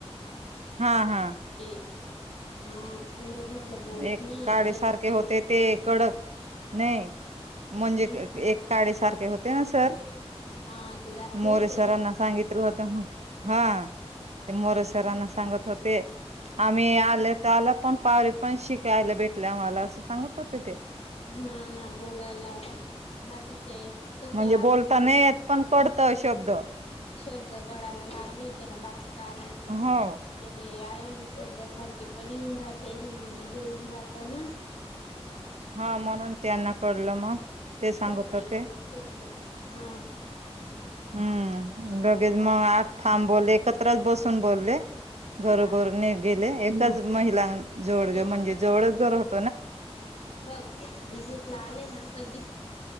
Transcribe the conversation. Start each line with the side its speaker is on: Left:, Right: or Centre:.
Right: हा हा
Left: ते हा लोक म्हटलं बोलत
Right: एक
Left: नाही
Right: काळे
Left: असं
Right: सारखे
Left: तसं
Right: होते ते कडक नाही म्हणजे
Left: हम्म
Right: एक काळे सारखे होते ना सर
Left: हा ते जास्ती
Right: मोरेसरांना
Left: होते ना
Right: सांगित हा ते मोरसरांना सांगत होत ते आम्ही आले तर आला पण पा पण शिकायला भेटलं आम्हाला असं सांगत होते ते
Left: हा ना बोलायला बाकीचे तसं
Right: म्हणजे
Left: आलं
Right: बोलता नाहीेत पण कडत शब्द
Left: शब्द कढायला लागल होते ना बाकी कारण ते
Right: हो.
Left: ते आय शब्द सारखे पण येऊन जाते हिंदी मध्ये येऊन जात ना
Right: हा म्हणून त्यांना कळलं मग ते सांगत
Left: भाषा
Right: होते
Left: इकडे हा
Right: हम्म लगेच
Left: तू काय
Right: मग आत फांब बोलले एकत्रच बसून बोलले घरोघरने
Left: हा
Right: गेले एकाच महिला जोवळ
Left: आणि
Right: म्हणजे
Left: ना
Right: जेवळच घर होत
Left: बघ विजिट ला आले ना कधी